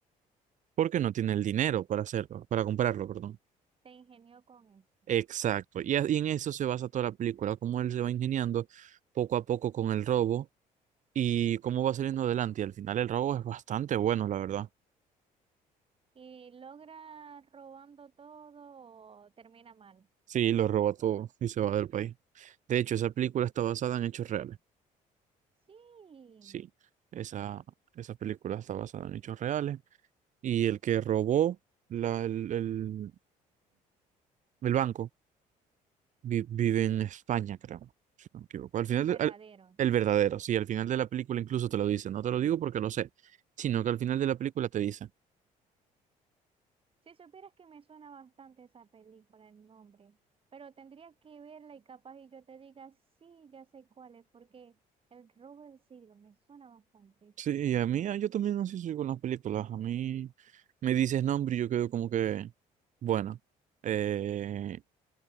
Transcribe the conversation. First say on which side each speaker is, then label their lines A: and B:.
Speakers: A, on the right; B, on the right.
A: Porque no tiene el dinero para hacerlo, para comprarlo, perdón.
B: Se ingenió con eso.
A: Exacto. Y, a- y en eso se basa toda la película, cómo él se va ingeniando poco a poco con el robo y cómo va saliendo adelante. Y al final el robo es bastante bueno, la verdad.
B: Y logra robando todo o termina mal.
A: Sí, lo roba todo y se va del país. De hecho, esa película está basada en hechos reales.
B: Sí,
A: Sí, esa, esa película está basada en hechos reales. Y el que robó la, el, el- el banco vi- vive en España, creo. Si no me equivoco. Al final,
B: el verdadero.
A: de- al- el verdadero, sí, al final de la película incluso te lo dice. No te lo digo porque lo sé, sino que al final de la película te dice.
B: Si supieras que me suena bastante esa película, el nombre, pero tendría que verla y capaz y yo te diga, sí, ya sé cuál es, porque El robo del siglo me suena bastante.
A: Sí, y a mí, ah, yo también así soy con las películas. A mí me dices nombre y yo quedo como que, bueno, eh,